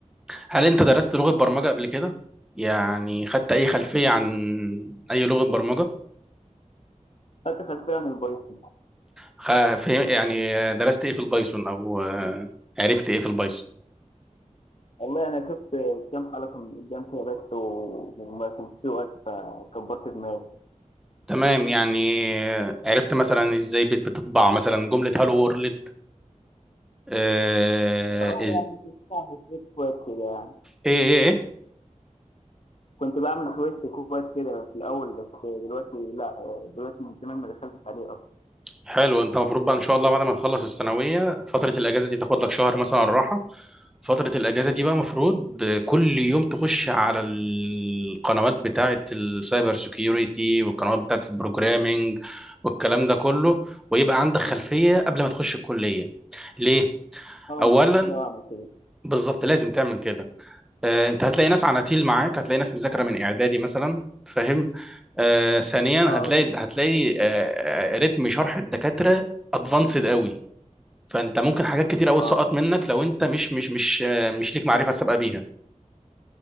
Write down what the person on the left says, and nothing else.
خدت خلفيه عن البايثون
والله انا شفت كام حلقه من قدام كده بس و- وما كانش في وقت فكبرت دماغي
اه
يعني كنت بعمل شويه كويس كده يعني
كنت بعمل شويه كويس كده في الاول بس دلوقتي لا دلوقتي من زمان ما دخلتش عليه اصلا
اه
ان شاء الله اعمل كده
اه
اه